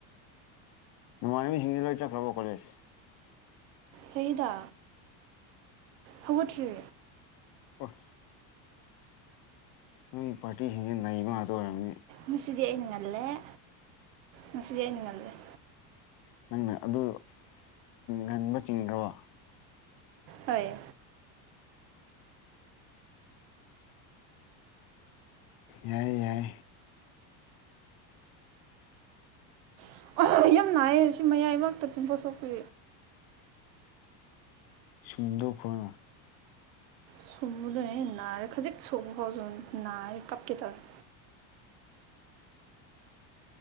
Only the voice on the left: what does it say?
ꯃꯔꯃꯤꯁꯤꯡꯂꯣꯏ ꯆꯀ꯭ꯔꯕ ꯀꯣꯦꯖ
ꯍꯁ ꯅꯣꯏ ꯄꯥꯔꯇꯤꯁꯤꯡꯁꯤ ꯅꯩꯕ ꯉꯥꯛꯇ ꯑꯣꯏꯔꯕꯅꯤ
ꯅꯪꯅ ꯑꯗꯨ ꯉꯟꯕ ꯆꯤꯡꯈ꯭ꯔꯕ
ꯌꯥꯏ ꯌꯥꯏ
ꯁꯗ ꯈꯅ